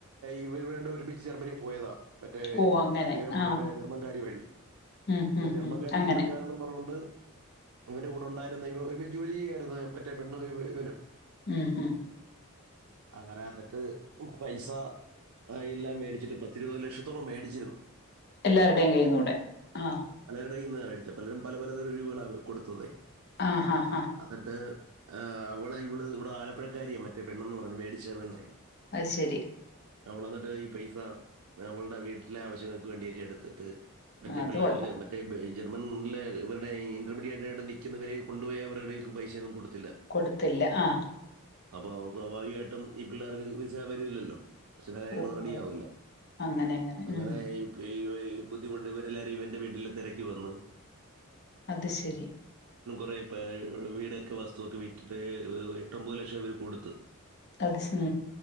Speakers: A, on the right; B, on the left.
A: ഇവ ഇവർ രണ്ട് പേരും ഒരുമിച്ച് ജർമ്മനി പോയതാ മറ്റേ
B: ഓ അങ്ങനെ
A: അദ്ദേഹം
B: ആ
A: മറ്റേ ജർമ്മൻകാരി വഴി
B: ഉം
A: അപ്പൊ
B: ഉം
A: ജർമ്മൻകാരിക്ക്
B: ഉം അങ്ങനെ
A: കൊടുക്കാനെന്നും പറഞ്ഞോണ്ട് ഇവന്റെ കൂടെ ഉണ്ടായിരുന്ന ഇവർ ഒരുമിച്ച് ജോലി ചെയ്യായിരുന്നു മറ്റേ പെണ്ണ ഇവനും
B: ഉം ഹും
A: അങ്ങന എന്നിട്ട് പൈസ എല്ലാം മേടിച്ചിട്ട് പത്തിരുപത് ലക്ഷത്തോളം മേടിച്ചിരുന്നു
B: എല്ലാരുടെയും കയ്യ്ന്ന് കൂടെ ആഹ്
A: <unintelligible> മേടിച്ചേ പലരും പല പല രൂപകളാണ് കൊടുത്തതേ
B: ആ ഹാ ഹാ
A: അന്നിട്ട് ആ അവളെ ഇവള് ഇവിടെ ആലപ്പുഴക്കാരിയാ മറ്റേ പെണ്ണെന്ന് പറഞ്ഞ് മേടിച്ച പെണ്ണേ
B: അത് ശരി
A: അവളെന്നിട്ട് ഈ പൈസ അവളുടെ വീട്ടിലെ ആവശ്യങ്ങൾക്ക് വേണ്ടിയൊക്കെ എടുത്തിട്ട് മറ്റേ
B: ആ അത്
A: പിള്ളേർക്ക്
B: കൊള്ളാം
A: മറ്റേ ബേ ജർമ്മൻ ഉള്ളേ ഇവരുടെ ഇൻറർമീഡിയറ്റായിട്ട് നിൽക്കുന്നവരെ കൊണ്ട് പോയി അവരുടെയൊക്കെ പൈസയൊന്നും കൊടുത്
B: കൊടുത്തില്ല ആഹ്ആ
A: അപ്പോ അവൻ സ്വാഭാവികമായിട്ടും ഈ പിള്ളേർക്ക് വിസ വരില്ലല്ലോ ശെല കാര്യങ്ങളൊന്ന്
B: ഓ
A: റെഡി
B: ഓ
A: ആവില്ല
B: അങ്ങനെ
A: അങ്ങനെ
B: ഉം
A: ഏ ഈ ഓ ബുദ്ധി മൊട്ട് ഇവരെല്ലാവരും ഇവന്റെ വീട്ടില് തെരക്കി വന്നു
B: അത് ശരി
A: <unintelligible> വീടൊക്കെ വസ്തു ഒക്കെ വിറ്റിട്ട് <unintelligible> എട്ടൊമ്പത് ലക്ഷം ഇവര് കൊടുത്ത്
B: അത് സാ